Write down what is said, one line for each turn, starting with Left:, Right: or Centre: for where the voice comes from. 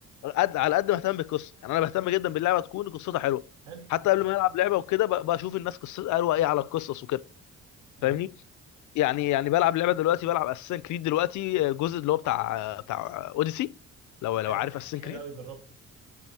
Left: قد على قد ما اهتم بالقصه يعني انا بهتم جدا باللعبه تكون قصتها حلوه
Right: حلو
Left: حتى قبل ما العب لعبه وكده ب- بشوف الناس قصتها قالوا ايه على القصص وكده
Right: جميل
Left: فاهمني يعني يعني بلعب لعبه دلوقتي بلعب اساسن كريد دلوقتي الجزء اللي هو بتاع بتاع اوديسي لو لو
Right: حلو
Left: عارف
Right: ح-
Left: اساسن
Right: حلو
Left: كريد
Right: قوي جربته